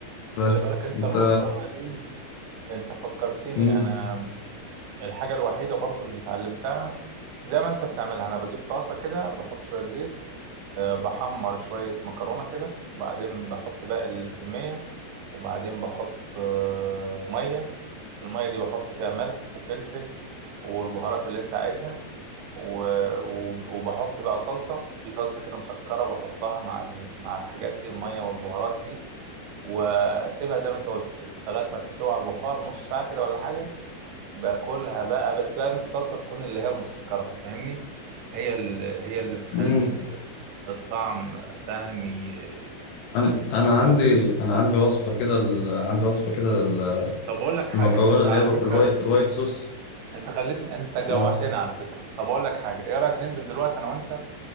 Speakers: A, on the left; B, on the right.
A: بس
B: خلي بالك انت
A: أنت
B: المكرونه دي انت فكرتني
A: مم.
B: انا الحاجه الوحيده برضو اللي اتعلمتها زي ما انت بتعملها انا بجيب طاسه كده بحط شويه زيت آه، بحمر شويه مكرونه كده وبعدين بحط باقي الكميه وبعدين بحط آه، ميه الميه دي بحط فيها ملح وفلفل والبهارات اللي انت عايزها و... و... وبحط بقى صلصة في صلصة كده مسكرة بحطها مع ال... مع الحاجات دي المية والبهارات دي واسيبها زي ما انت قلت كده لغاية ما تستوي على البخار نص ساعة كده ولا حاجة باكلها بقى بس لازم الصلصة تكون اللي هي المسكرة فاهمني هي اللي هي اللي بتخلي
A: مم.
B: ال- الطعم فاهم ي-
A: انا
B: يظبط
A: انا
B: الدنيا
A: عندي انا عندي وصفه كده ال... عندي وصفه كده لل-
B: طب اقول لك حاجة
A: للمكرونه
B: انت
A: اللي
B: على
A: هي ب-
B: فكرة
A: الواي... الوايت صوص
B: انت خليتني انت جوعتني
A: اه
B: على فكرة طب اقول لك حاجة ايه رأيك ننزل دلوقتي انا وانت